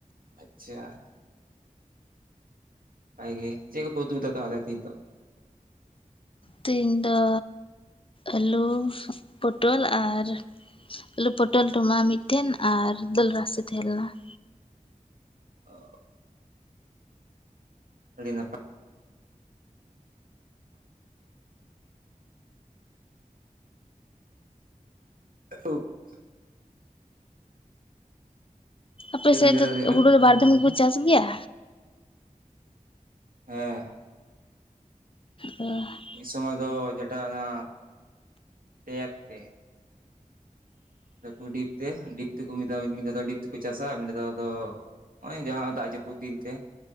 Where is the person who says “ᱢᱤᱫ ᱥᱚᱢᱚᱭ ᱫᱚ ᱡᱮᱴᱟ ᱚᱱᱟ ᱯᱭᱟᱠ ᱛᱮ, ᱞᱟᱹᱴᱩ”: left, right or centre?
Right